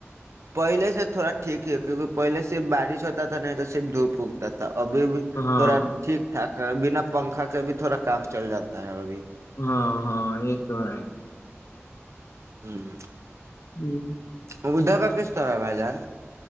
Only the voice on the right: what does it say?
پہلے سے تھوڑا ٹھیک ہی کیونکہ پہلے صرف بارش ہوتا تھا نہیں تو صرف دھوپ اگتا تھا ابھی بھی
تھوڑا ٹھیک ٹھاک بنا پنکھا کے بھی تھوڑا کام چل جاتا ہے ابھی
ہوں
ادھر کا کس طرح ہے بھائی جان